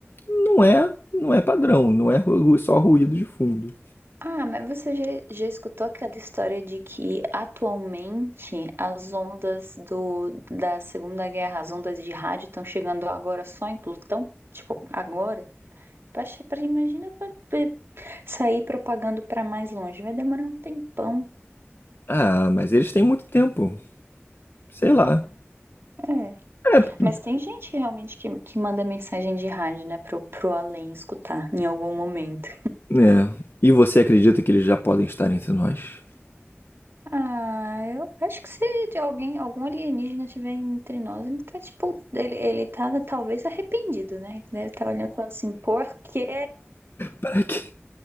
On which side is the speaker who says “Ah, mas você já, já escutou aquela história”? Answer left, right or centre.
Right